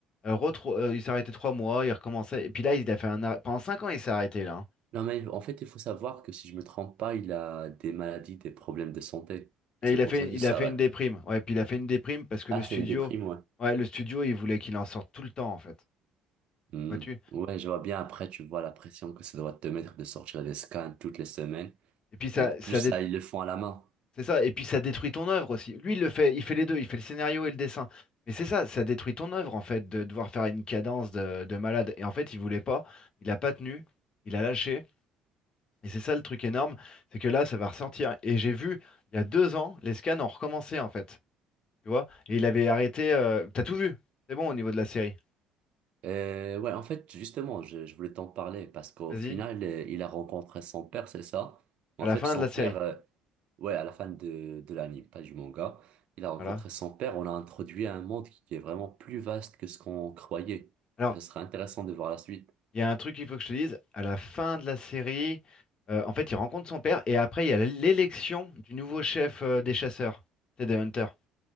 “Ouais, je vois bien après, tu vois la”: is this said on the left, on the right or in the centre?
Right